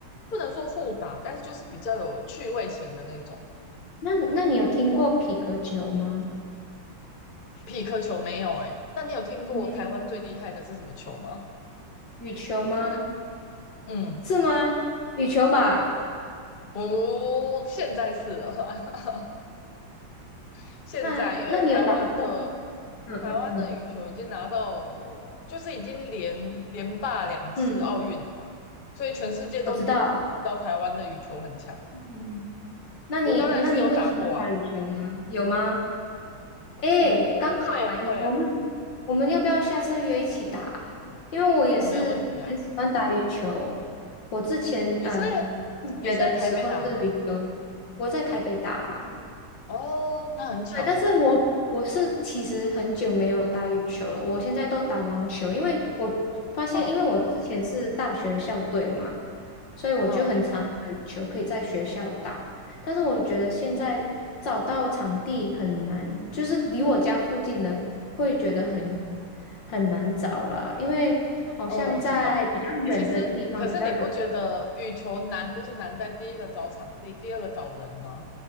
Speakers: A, on the left; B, on the left.
A: 不能说互打，但是就是比较有趣味型的那种。
B: 那那你有听过匹克球吗？
A: 匹克球没有诶、那你有听过台湾最厉害的是什么球吗？
B: 没有，羽球吗？
A: <laughs> 嗯。
B: 是吗？羽球吧？
A: 不，现在是了啦。<laughs> 现在因为台湾的
B: 那那你有打过？<laughs> 嗯嗯嗯
A: 台湾的羽球已经拿到，就是已经连连霸两次奥运了嘛，
B: 嗯，
A: 所以全世界都已经认知道台湾的羽球很强。
B: 我知道。嗯嗯，那你那你会喜欢打羽球吗？
A: 我大概是有打过啊，
B: 有吗？诶，
A: 我会啊会啊，
B: 刚好诶，我们我们要不要下次约一起打啊因为我也是很喜欢打羽球。
A: 哦，没问题啊。
B: 我之前呃上学的时候是羽球，
A: 你是在你是在台北打吗？
B: 我在台北打啊
A: 哦，那很巧啦。
B: 对，但是我我是其实很久没有打羽球了，我现在都打网球，因为我发现，
A: 嗯
B: 因为我之前是大学校队嘛，所以我就很常打羽球，
A: 嗯，
B: 可以在学校打。但是我觉得现在找到场地很难，就是离我家附近的会觉得很很难找了，因为好像在比较远的地方比较容
A: 哦，我知道。其实，可是你不觉得羽球难就是难在第一个找场地，第二个找人吗？